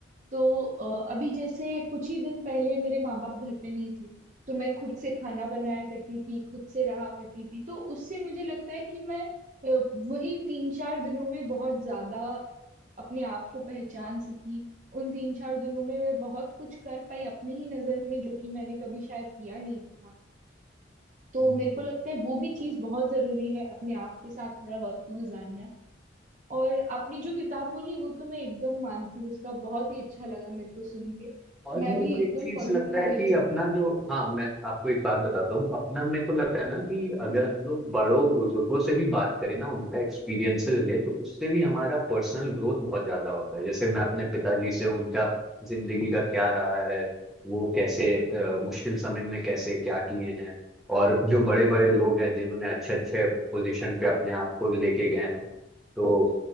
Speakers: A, on the right (about 40°); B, in the centre.
A: तो अ, अभी जैसे कुछ ही दिन पहले मेरे माँ बाप घर पे नहीं थे तो मैं खुद से खाना बनाया करती थी खुद से रहा करती थी तो उससे मुझे लगता है कि मैं अ, वही तीन चार दिनों में बहुत ज्यादा अपने आप को पहचान सकी उन तीन चार दिनों में मैं बहुत कुछ कर पाई अपनी ही नजर में जो कि मैंने कभी शायद किया नहीं था तो
B: कि
A: मेरे को लगता है वो भी चीज बहुत जरूरी है अपने आप के साथ थोड़ा वक्त गुजारना और आपने जो किताब बोली वो तो मैं एकदम मानती हूँ उसका बहुत ही अच्छा लगा मेरे को सुन के
B: और
A: मैं
B: मेरे
A: भी
B: को
A: एकदम
B: एक चीज
A: पढ़ूंगी
B: लगता है
A: मेरे
B: कि अपना जो हाँ मैं आपको एक बात बताता हूँ अपना मेरे को लगता है ना कि अगर
A: जी
B: हम लोग बड़ों बुजुर्गों से भी बात करें ना उनका एक्सपीरियंसेस ले तो उससे भी हमारा पर्सनल ग्रोथ बहुत ज्यादा होता है जैसे मैं अपने पिताजी से उनका जिंदगी का क्या रहा है वो कैसे अ, मुश्किल समय में कैसे क्या किए हैं और जो बड़े बड़े लोग हैं जिन्होंने अच्छे अच्छे पोजीशन पे अपने आप को लेके गए हैं तो